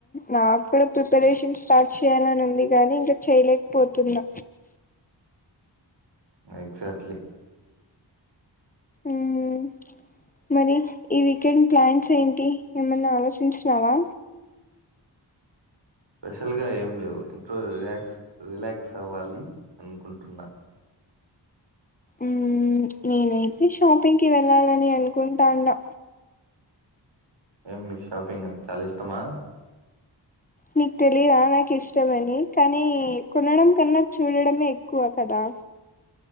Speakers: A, on the left; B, on the right.
A: నాకు కూడా ప్రిపరేషన్ స్టార్ట్ చేయ్యాలని ఉంది కానీ ఇంకా చెయలే పోతున్నా
B: ఎగ్జాక్ట్లీ
A: ఉమ్ మరి ఈ వీకెండ్ ప్లాన్స్ ఏంటి ఏమన్నా ఆలోచించినవా
B: స్పెషల్ గా ఏం లేవు ఇంట్లో రిలాక్స్ రిలాక్స్ అవ్వాలి అనుకుంటున్నా
A: మ్మ్ నేనైతే షాపింగ్ కి వెళ్ళాలని అనుకుంటాన్నా
B: ఎం మీకు షాపింగ్ అంటే చాలా ఇష్టమా
A: నీకు తెలిదా నాకు ఇష్టమని కానీ కొనడం కన్నా చూడడమే ఎక్కువ కదా